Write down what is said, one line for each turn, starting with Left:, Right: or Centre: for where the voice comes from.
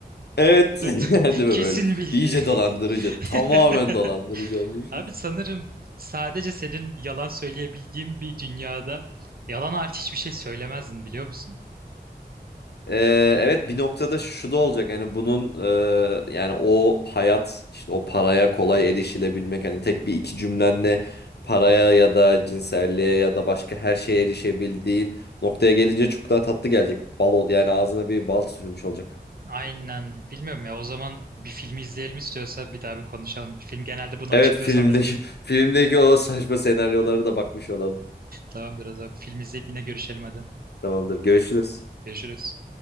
Left: Evet. <laughs>
Right: Dur, dur. <laughs>
Left: Değil mi
Right: kesin
Left: böyle?
Right: bilgi.
Left: İyice dolandırıcı.
Right: <laughs>
Left: Tamamen dolandırıcı olmuşuz.
Right: Abi sanırım sadece senin yalan söyleyebildiğin bir dünyada yalan hariç hiçbir şey söylemezdin biliyor musun?
Left: Ee, evet bir noktada şu da olacak yani bunun e, yani o hayat işte o paraya kolay erişilebilmek hani tek bir iki cümlenle paraya ya da cinselliğe ya da başka her şeye erişebildiğin noktaya gelince çok daha tatlı gelecek. Bal ol yani ağzına bir bal sürülmüş olacak.
Right: Aynen. Bilmiyorum ya. O zaman bir film izleyelim istiyorsa bir daha bir konuşalım. Film genelde bunu
Left: Evet
Right: açıklıyor
Left: filmdeki
Right: sanırım.
Left: <laughs> filmdeki o saçma senaryolara da bakmış olalım.
Right: Tamamdır o zaman. Bir film izleyip yine görüşelim hadi.
Left: Tamamdır görüşürüz.
Right: Görüşürüz.